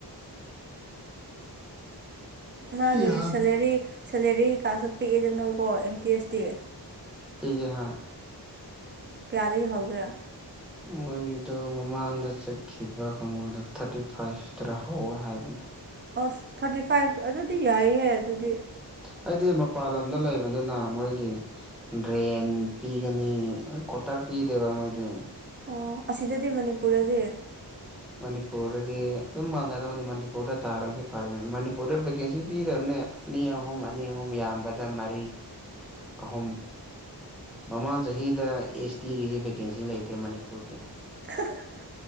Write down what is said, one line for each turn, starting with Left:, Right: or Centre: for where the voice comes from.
Right: ꯃꯥꯒꯤ
Centre: ꯌꯥꯝ
Right: ꯁꯦꯂꯦꯔꯤ ꯁꯦꯂꯦꯔꯤ ꯀꯩꯀꯥꯁꯨ ꯄꯤꯛꯏꯗꯅꯀꯣ ꯑꯦꯝ ꯇꯤ ꯑꯦꯁ ꯇꯤ
Centre: ꯄꯤꯖꯦ ꯍꯣꯏ
Right: ꯀꯌꯥꯗꯒꯤ ꯍꯧꯒꯦ
Centre: ꯃꯣꯏꯗꯣ ꯃꯃꯥꯡꯗ ꯆꯠꯈꯤꯕ ꯀꯥꯡꯕꯨꯗ ꯊꯥꯔꯇꯤ ꯐꯥꯏꯚꯇꯔꯥ ꯍꯧꯋꯦ ꯍꯥꯏꯕꯅꯦ
Right: ꯑꯁ ꯊꯥꯔꯇꯤ ꯐꯥꯏꯚ ꯑꯗꯨꯗꯤ ꯌꯥꯏꯌꯦ ꯑꯗꯨꯗꯤ
Centre: ꯍꯥꯏꯗꯤ ꯃꯄꯥꯟ ꯂꯝꯗ ꯂꯩꯕꯅꯤꯅ ꯃꯣꯏꯗꯤ ꯗ꯭ꯔꯦꯟ ꯄꯤꯒꯅꯤ ꯀ꯭ꯋꯥꯇꯔ ꯄꯤꯗꯦꯕ ꯃꯣꯏꯗꯤ
Right: ꯑꯣ ꯑꯁꯤꯗꯗꯤ ꯃꯅꯤꯄꯨꯔꯗꯗꯤ
Centre: ꯃꯅꯤꯄꯨꯔꯗꯗꯤ ꯑꯗꯨꯝ ꯃꯥꯟꯅꯗꯕꯅꯦ ꯃꯅꯤꯄꯨꯔꯗ ꯇꯥꯔꯗꯤ ꯐꯔꯦꯅꯦ ꯃꯅꯤꯄꯨꯔꯗ ꯚꯦꯀꯦꯁꯥꯟ ꯄꯤꯗꯕꯅꯦ ꯑꯅꯤ ꯑꯍꯨꯝ ꯑꯅꯤ ꯑꯍꯨꯝ ꯌꯥꯝꯕꯗ ꯃꯔꯤ ꯑꯍꯨꯝ ꯃꯃꯥꯡ ꯆꯍꯤꯗ ꯑꯦꯁ ꯇꯤꯒꯤꯁꯤ ꯚꯦꯀꯦꯟꯁꯤ ꯂꯩꯇꯦ ꯃꯅꯤꯄꯨꯔꯒꯤ
Right: <unintelligible>